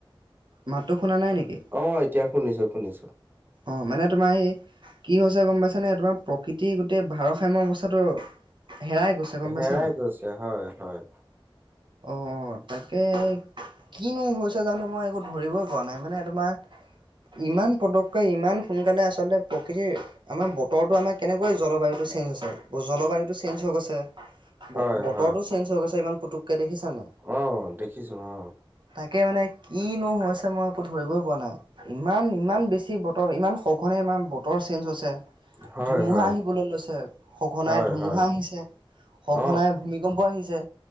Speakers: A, on the right; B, on the right.
A: মাতটো শুনা নাই নেকি?
B: অঁ এতিয়া শুনিছো শুনিছো।
A: অঁ', মানে তোমাৰ এই- কি হৈছে গম পাইছানে? তোমাৰ প্ৰকৃতিৰ গোটেই ভাৰসাম্য অৱস্থাটো- হেৰাই গৈছে। গম
B: হেৰাই
A: পাইছা নাই?
B: গৈছে হয় হয়
A: অঁ', তাকে কিনো হৈছে জানো মই একো ধৰিবই পৰা নাই। মানে- তোমাৰ, ইমান পদকে, ইমান সোনকালে আচলতে প্ৰকৃতিৰ- আমাৰ বতৰটো আমাৰ কেনেকৈ জলবায়ুটো চেঞ্জ হয়? জলবায়ুটো চেঞ্জ হৈ গৈছে। ব
B: হয়
A: বতৰটো
B: হয়
A: চেঞ্জ হৈ গৈছে ইমান পুতুককে দেখিছা নাই?
B: অ দেখিছো অ
A: তাকে মানে কিনো হৈছে মই একো ধৰিবই পৰা নাই। ইমান ইমান বেছি বতৰ ইমান সঘনে ইমান বতৰ চেঞ্জ হৈছে।
B: হয়
A: ধুমুহা
B: হয়
A: আহিবলৈ লৈছে সঘনাই
B: হয়
A: ধুমুহা
B: হয়
A: আহিছে সঘনাই
B: অ',
A: ভূমি- কম্প আহিছে।